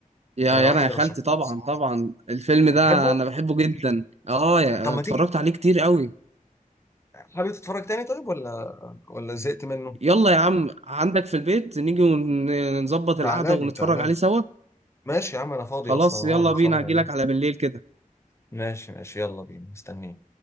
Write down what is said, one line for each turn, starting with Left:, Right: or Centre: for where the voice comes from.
Right: يا
Left: انا
Right: يا
Left: واحد
Right: انا يا خالتي
Left: رشحه
Right: طبعا
Left: لي بصراحة.
Right: طبعا الفيلم ده
Left: بتحبه
Right: انا بحبه جدا اه يا-
Left: طب ما
Right: اتفرجت
Left: تيجي
Right: عليه كتير قوي
Left: حابب تتفرج تاني طيب ولا ولا زهقت منه
Right: يلا يا عم عندك في البيت نيجي ونظبط
Left: تعالى
Right: القعدة ونتفرج
Left: لي تعالى
Right: عليه
Left: لي
Right: سوا
Left: ماشي يا عم انا فاضي
Right: خلاص
Left: اصلا اهو
Right: يلا
Left: هنتفرج
Right: بينا هجيلك
Left: عليه
Right: على بالليل كده
Left: ماشي ماشي يلا بينا مستنيك